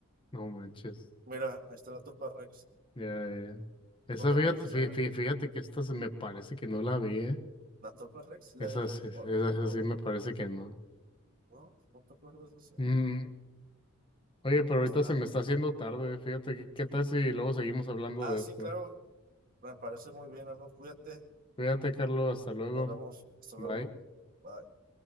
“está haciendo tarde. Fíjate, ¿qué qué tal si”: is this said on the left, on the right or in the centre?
Left